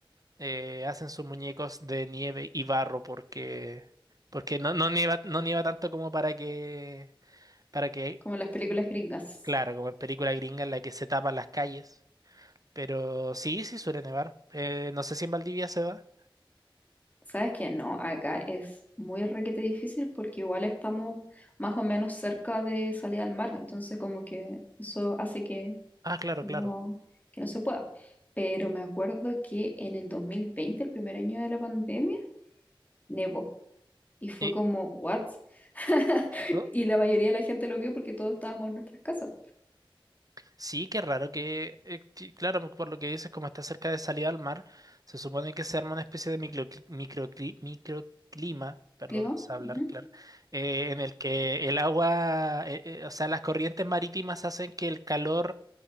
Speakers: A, on the right; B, on the left.
A: eh, hacen sus muñecos de nieve y barro porque, porque no, no nieva, no nieva tanto como para que, para que,
B: Como en las películas gringas.
A: claro, como en película gringa en la que se tapan las calles. Pero sí, sí suele nevar. Eh, no sé si en Valdivia se da.
B: ¿Sabes qué? No, acá es muy requete difícil porque igual estamos más o menos cerca de salida al mar, entonces como que eso hace que
A: Ah, claro,
B: no,
A: claro.
B: que no se pueda. Pero me acuerdo que en el 2020 el primer año de la pandemia, nevó. Y fue
A: Y-
B: como, ¿what? <laughs>
A: oh,
B: Y la mayoría de la gente lo vio porque todos estábamos en nuestras casas.
A: sí, qué raro que, eh, que- claro, por lo que dices, como está cerca de salida al mar, se supone que se arma una especie de microcli- microcli- microclima, perdón,
B: Clima,
A: no sé hablar,
B: ujú,
A: claro, eh, en el que el agua, eh, eh, o sea, las corrientes marítimas hacen que el calor,